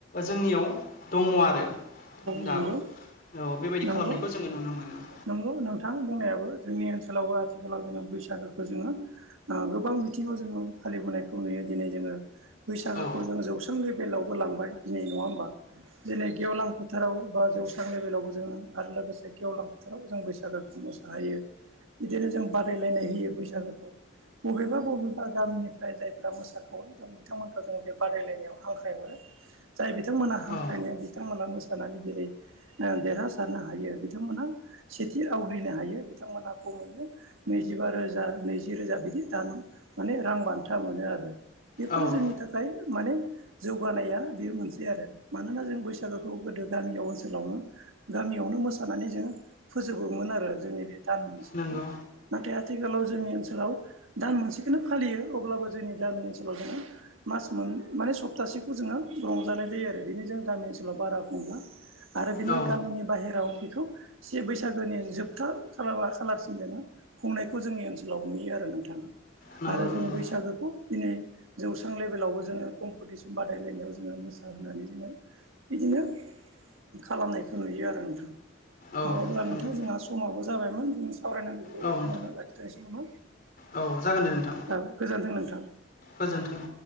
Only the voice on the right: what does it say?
नंगौ
नंगौ
नंगौ नोंथां बुंनायाबो जोंनि ओनसोलावबो आथिखालाव जोङो बैसागोखौ ओ गोबां बिथिङाव जोङो फालिबोनायखौ नुयो दिनै जोङो बैसागोखौ
जोंङो जौस्रां लेभेलावबो लांबाय दिनै नङा होमबा दिनै गेवलां फोथाराव बा जौस्रां लेभेलावबो जोङो आरो लोगोसे गेवलां फोथाराव जों बैसागोखौ मोसाहोयो बिदिनो जों बादायलायनाय होयो बैसागोखौ बबेबा बबेबा गामिनिफ्राय जायफ्रा मोसाखावरि दं बिथांमोनखौ जोङो बे बादायलायनायाव हांख्राय हरो जाय बिथांमोनहा हांख्रायनाया
बिथांमोना मोसा सानानै जेरै देरहासारनो हायो बिथांमोना सेथि आवग्रिनो हायो बिथांमोनहा खमैनो नैजिबा रोजा नैजि रोजा बिदि दान माने रां बान्था मोनो आरो बेफोरो
जोंनि थाखाय माने जौगानाया बेयो मोनसे आरो मानोना जों बैसागोखौ दो गामियाव ओनसोलावनो गामियावनो मोसानानै जोङो फोजोबोमोन आरो जोंनि बे दान मोनसेखौ
नाथाय आथिखालाव जोंनि ओनसोलाव दान मोनसेखोनो फालियो अब्लाबो जोंनि गामि ओनसोलाव जोङो मास मोन माने सप्तासेखौ जोङो रंजानाय जायो आरो बेनो जों गामि ओनसोलाव बारा आरो बिनि
गामिनि बाहेराव बेखौ से बैसागोनि जोबथा खारा खालारसिन जोङो खुंनायखौ जोंनि ओनसोलाव नुयो आरो नोंथां
आरो जों
बैसागोखौ दिनै जौस्रां लेभेलावबो जोङो कम्पिटिसन बादायलायनायाव जोङो मोसाहोनानै जोङो बिदिनो खालामनायखौ नुयो आरो नोंथां
अब्ला
नोंथां जोंहा समाबो जाबायमोन जों सावरायनांगौखौ
बिखिनियावनो लाखिथनोसै नामा
औ गोजोनथों नोंथां